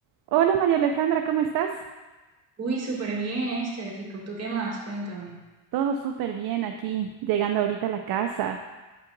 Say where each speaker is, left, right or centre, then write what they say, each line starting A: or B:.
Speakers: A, on the right; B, on the right.
A: Hola María Alejandra, ¿cómo estás?
B: Uy, súper bien este, Fico. ¿Tú qué más? Cuéntame.
A: Todo súper bien aquí, llegando ahorita a la casa.